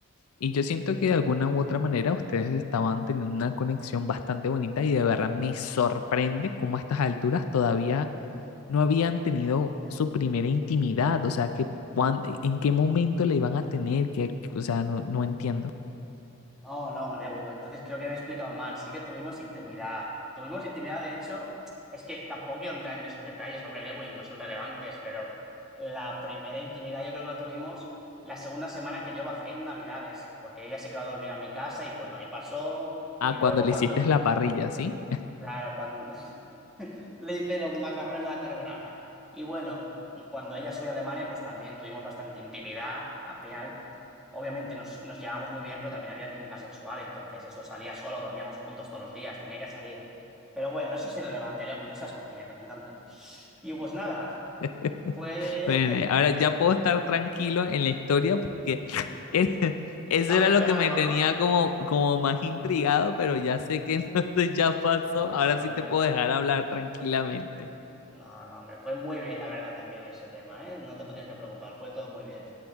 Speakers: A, on the left (about 85°); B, in the centre.
A: Y yo siento que de alguna u otra manera ustedes estaban teniendo una conexión bastante bonita y de verdad me sorprende cómo a estas alturas todavía no habían tenido su primera intimidad, o sea, que cuán- en qué momento la iban a tener, que, o sea, no, no entiendo.
B: No, no, Lewy, pues entonces creo que me he explicado mal. Sí que tuvimos intimidad. Tuvimos intimidad, de hecho, es que tampoco quiero entrar en esos detalles, hombre, Lewy, no son relevantes, pero la primera intimidad yo creo que la tuvimos la segunda semana que yo bajé en Navidades, porque ella se quedó a dormir a mi casa y bueno, ahí pasó.
A: Ah,
B: Y
A: cuando
B: luego
A: le
B: cuando,
A: hiciste la parrilla, ¿sí?
B: claro, cuando le hice los macarrones a la carbonara. Y bueno, y cuando ella subió a Alemania, pues también tuvimos bastante intimidad. Al final, obviamente nos, nos llevábamos muy bien, pero también había química sexual, entonces eso salía solo, dormíamos juntos todos los días, tenía que salir. Pero bueno, eso es irrelevante, Lewis, no seas cotilla, que me encanta. Y pues nada,
A: <laughs>
B: fue...
A: Bueno,
B: <laughs>
A: ahora ya puedo estar tranquilo en la historia porque es- eso
B: Estabas
A: era
B: esperando,
A: lo que me tenía
B: ¿no?
A: como, como más intrigado, pero ya sé que <laughs> entonces ya pasó.
B: No,
A: Ahora
B: no,
A: sí
B: hombre.
A: te puedo dejar hablar tranquilamente.
B: No, no, hombre, fue muy bien, la verdad, también ese tema, ¿eh? No te tienes que preocupar, fue todo muy bien.